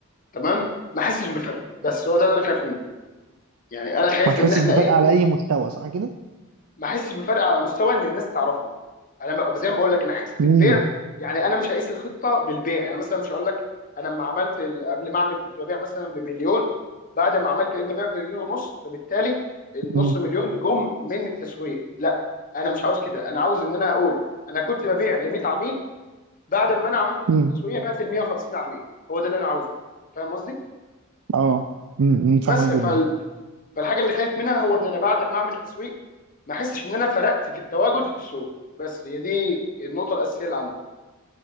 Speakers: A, on the left; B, on the right.
A: تمام ما احسش بفرق بس هو ده اللي انا خايف منه يعني انا خايف
B: ما تحسش
A: ان احنا
B: بفرق
A: ايه
B: على اي مستوى صح كده
A: ما احسش بفرق على مستوى ان الناس تعرفني انا ب- زي ما بقول لك انا حته
B: امم
A: البيع يعني انا مش هقيس الخطه بالبيع يعني مثلا مش هقول لك انا لما عملت ال- قبل ما اعمل كنت ببيع مثلا بمليون بعد ما عملت بقيت ببيع بمليون ونص فبالتالي النص
B: امم
A: مليون جم من التسويق لا انا مش عاوز كده انا عاوز ان انا اقول انا كنت ببيع ل 100 عميل بعد ما انا عملت خطه
B: امم
A: تسويقيه بعت ل 150 عميل هو ده اللي انا عاوزه فاهم قصدي
B: اه امم فاهمك
A: بس
B: جدا
A: فال... فالحاجه اللي خايف منها هو ان انا بعد ما اعمل تسويق ما احسش ان انا فرقت في التواجد في السوق بس هي دي النقطه الاساسيه اللي عندي